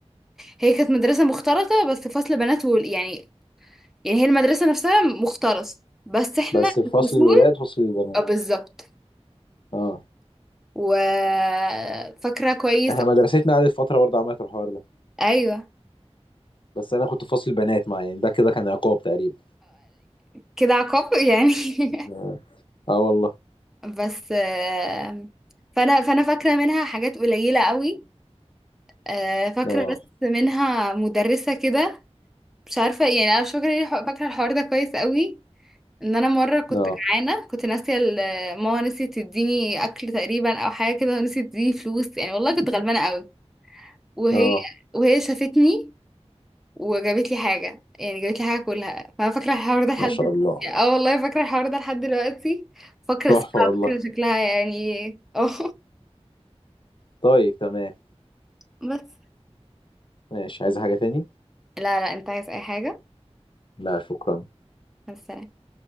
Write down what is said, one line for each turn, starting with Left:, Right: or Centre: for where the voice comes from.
Centre: هي كانت مدرسه مختلطه بس فصل بنات و... يعني يعني هي المدرسة نفسها مختلصة بس احنا
Left: بس في
Centre: الفصول
Left: فصل الولاد وفصل البنات
Centre: اه بالظبط
Left: اه
Centre: وفاكرة كويس
Left: احنا مدرستنا قعدت فتره برضه عملت الحوار ده
Centre: ايوه
Left: بس انا كنت في فصل البنات مع يعني ده كده كان عقاب تقريبا
Centre: كده عقاب يعني
Left: اه
Centre: <laughs>
Left: آه والله
Centre: بس آه، فانا فانا فاكرة منها حاجات قليلة قوي آه، فاكرة
Left: اه
Centre: بس منها مدرسة كده مش عارفة يعني انا مش فاكرة ليه الح- فاكرة الحوار ده كويس قوي ان انا مرة كنت
Left: اه
Centre: جعانة كنت ناسية ال- ماما نسيت تديني اكل تقريبا او حاجة كده ونسيت تديني فلوس يعني والله كنت غلبانة قوي وهي
Left: اه
Centre: وهي شافتني وجابت لي حاجة يعني جابت لي حاجة كلها فأنا فاكرة الحوار ده لحد
Left: ما شاء
Centre: دل-
Left: الله
Centre: اه والله فاكرة الحوار ده لحد دلوقتي فاكرة
Left: تحفة
Centre: اسمها
Left: والله
Centre: فاكرة شكلها يعني اه
Left: طيب تمام
Centre: <laughs> بس
Left: ماشي عايز حاجة تاني
Centre: لا لا انت عايز اي حاجة
Left: لا شكرا
Centre: بس